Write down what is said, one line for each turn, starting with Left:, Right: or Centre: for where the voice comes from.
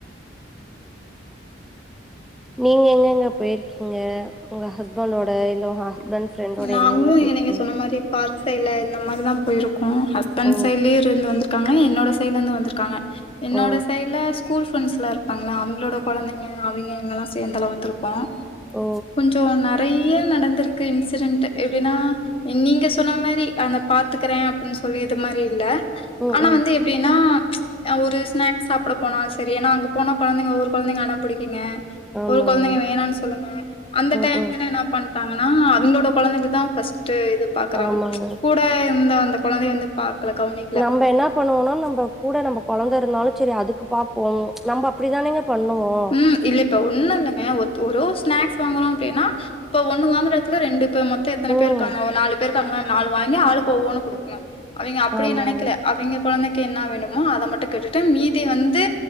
Centre: நீங்க எங்கங்க போயிர்க்கீங்க உங்க ஹஸ்பண்டோட இல்ல உங்க ஹஸ் பண்ட் ஃப்ரெண்டோட
Left: நாங்களு
Centre: எங்கங்க போயிர்க்கீங்க
Left: நீங்க சொன்ன மாரி பார்க் சைடுல இந்தமாரி தா போயிருக்கோ ஹஸ்பண்ட்
Centre: ஓ
Left: சைடுலயூ இருந்து வந்துருக்காங்க என்னோட சைடலருந்து வந்துருக்காங்க என்னோட
Centre: ஓ
Left: சைடுல ஸ்கூல் ஃப்ரெண்ட்ஸ்ல்லா இருப்பாங்கள அவீங்களோட கொழந்தைங்க அவீங்க இவீங்கெல்லா சேந்தெல்லா வந்திருக்கோ
Centre: ஓ
Left: கொஞ்சோ நறைய நடந்து இருக்கு இன்சிடென்ட்டு எப்டினா நீங்க சொன்ன மாரி அவன பாத்துக்றே அப்டி சொல்லி இது மாரி இல்ல
Centre: ம்
Left: ஆனா
Centre: ம்
Left: வந்து எப்டினா ஒரு ஸ்நாக் சாப்ட போனா செரி ஏனா அங்க போன கொழந்தைங்க ஒரு கொழந்தைங்க அட பிடிக்கியுங்க
Centre: ஆமாங்க
Left: ஒரு கொழந்தைங்க வேணானு சொல்லுங்க அந்த
Centre: ம்
Left: டைம்ல
Centre: ம்
Left: என்ன பண் தாங்கென்னா அவீங்களோட கொழந்தைக தா ஃபஸ்ட் இது பாக்குறாங்க
Centre: ஆமாங்க
Left: கூட இந்த அந்த கொழந்தை வந்து பாக்கல கவுனிக்
Centre: நம்ப என்ன பண்ணுவோனா நம்ப கூட நம்ப கொழந்த இருந்தாலு செரி அதுக்கு பாப்போ நம்ப அப்டிதானேங்க பண்ணுவோ
Left: ம். இல்ல இப்ப ஒண்ணு இல்லங்க ஒ ஒரு ஸ்நாக்ஸ் வாங்குரோ அப்டினா ப்ப ஒண்ணு வாங்குற எடத்துல ரெண்டு ப்ப மொ த்த எத்தன
Centre: ம்
Left: பேரு இருக்காங்க ஒரு நாலு பேர் இருக்காங்க நாலூ வாங்கி ஆளுக்கு ஒவ்வொன்னு குடுக்ணு அவீங்க அப்டி
Centre: ஆமாங்க
Left: நெனைக்கல அவீங்க கொழந்தைக்கு என்ணா வேணுமொ அத மட்டு கேட்டுட்டு மீதி வந்து